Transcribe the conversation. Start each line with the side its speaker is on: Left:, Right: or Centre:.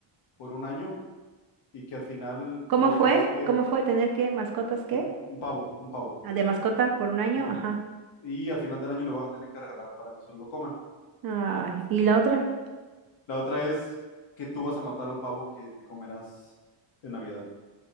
Left: por un año y que al final
Right: ¿Cómo
Left: lo
Right: fue?
Left: tengas que,
Right: ¿Cómo fue tener que mascotas qué?
Left: un, un pavo, un pavo,
Right: Ah, De mascota por un año,
Left: sí.
Right: ajá.
Left: Y al final del año lo vas a tener que regalar para que solo lo coman.
Right: Ay, ¿y la otra?
Left: La otra es que tú vas a matar al pavo que te comerás en Navidad.